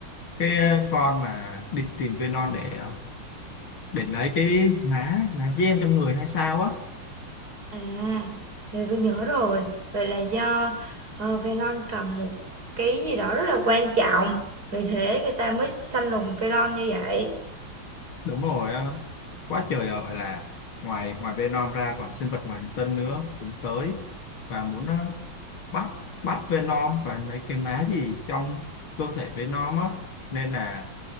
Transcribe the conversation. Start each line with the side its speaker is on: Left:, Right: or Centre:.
Left: cái à, con mà đi tìm Venom để à, để lấy cái má lá gen trong người hay sao á
Right: à giờ tôi nhớ rồi vậy là do uh, Elon cầm một cái gì đó rất là quan trọng vì thế người ta mới săn lùng Elon như vậy
Left: đúng rồi á quá trời à, gọi là ngoài ngoài Venom ra còn sinh vật ngoài hành tinh nữa cũng tới và muốn ờ, bắt bắt Venom và lấy cái má gì trong cơ thể Venom á nên là